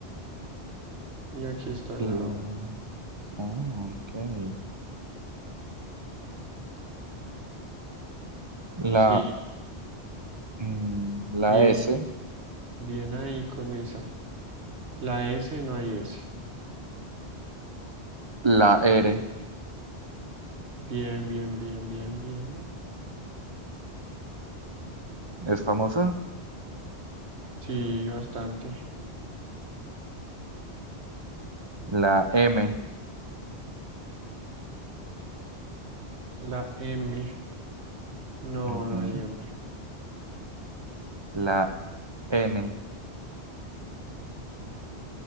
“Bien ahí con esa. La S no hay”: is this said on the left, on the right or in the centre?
Right